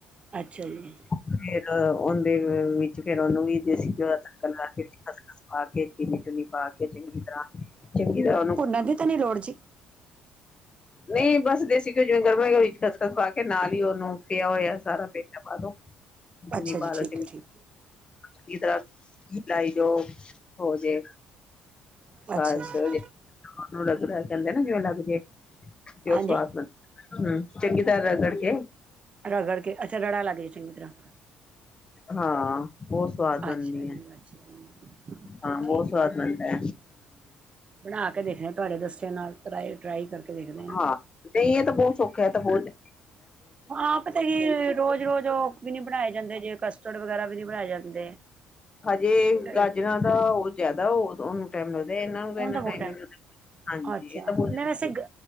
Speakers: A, on the right; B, on the left.
A: ਅੱਛਾ ਜੀ।
B: ਫਿਰ ਓਂਦੇ ਵਿੱਚ ਫੇਰ ਓਨੂੰ ਵੀ ਦੇਸੀ ਘੇਓ <unintelligible> ਖੱਸ-ਖੱਸ ਪਾ ਕੇ ਚੀਨੀ ਚੁਨੀ ਪਾ ਕੇ ਚੰਗੀ ਤਰਾ, ਚੰਗੀ ਤਰ੍ਹਾਂ ਓਨੂ
A: ਐਂਦੀ ਤਾਂ ਨੀ ਲੋੜ ਜੀ?
B: ਨਈ ਬਸ ਦੇਸੀ ਘੇਓ ਜਿਵੇਂ <unintelligible> ਖੱਸ-ਖੱਸ ਪਾ ਕੇ ਨਾਲ ਈ ਓਨੂੰ ਫੇਯਾ ਹੋਏਆ ਸਾਰਾ ਪੇਠਾ ਪਾਦੋ ਚਿਨੀ
A: ਅੱਛਾ ਜੀ
B: ਪਾਲੈ
A: ਠੀਕ ਹੈ ਠੀਕ
B: ਕਿ ਦਾੱਸ ਲਾਈ ਜਾਓ ਹੋਜੇ,
A: ਹੈ
B: ਬਾਸ
A: ਅੱਛਾ ਜੀ
B: ਲੇਕੀਨ ਓਨੂ ਲਗਦੈ ਕੈਂਦੇ ਨਾ ਬਿ ਓ ਲੱਗਜੇ ਤੇ ਓ
A: ਹਾਂਜੀ
B: ਸਵਾਦ ਨਾੀ ਗਫ੍ਹ ਕੇ।
A: ਰਗੜ ਕੇ ਅੱਛਾ, ਰੜਾ ਲਰਜੂ ਚੰਗੀ ਬ ਤਰਾਂ।
B: ਹਾਂ, ਹੋਰ ਸਵਾਦ ਬਣਦੀ
A: ਅੱਛਾ ਜੀ
B: ਹਾਂ।
A: ਅੱਛਾ ਜੀ
B: ਹਾਂ, ਬੋਹ
A: ਠੀਕ
B: ਸਵਾਦ
A: ਹੈ
B: ਬਣਨੈ
A: ਬਣਾ ਕੇ ਦੇਖਣੇ ਆ, ਤੁਹਾਡੇ ਦੱਸੇ ਨਾਲ ਟਰਾਈ- ਟਰਾਈ ਕਰਕੇ ਦੇਖਦੇ
B: ਹਾਂ, ਨਈ ਐ ਤਾਂ ਬੋਹ ਸੌਖਾ ਏ ਤਾ ਬਹੋਤ
A: ਹਾਂ ਪਤਾ ਕੀ, ਰੋਜ਼- ਰੋਜ਼ ਉਹ ਵੀ ਨਈ ਬਣਾਏ ਜਾਂਦੇ ਜੇ, ਕਸਟਰਡ ਵਗੈਰਾ ਵੀ ਨੀ ਬਣਾਏ ਜਾਂਦੇ।
B: ਹਜੇ,
A: ਤੇ
B: ਗਾਜਰਾਂ ਦਾ ਉਹ ਜਿਆਦਾ ਉਹ ਉਹਨੂੰ ਟਾਈਮ ਲੱਗਦਾ ਇਹ ਨੂੰ,
A: ਉਹਨੂੰ
B: ਨਾ
A: ਤਾਂ
B: ਟਾਈਮ
A: ਬਹੁਤ
B: ਹਾਂਜੀ
A: ਅੱਛਾ
B: ਇਹ ਤਾਂ ਬ
A: ਮੈਂ ਵੈਸੇ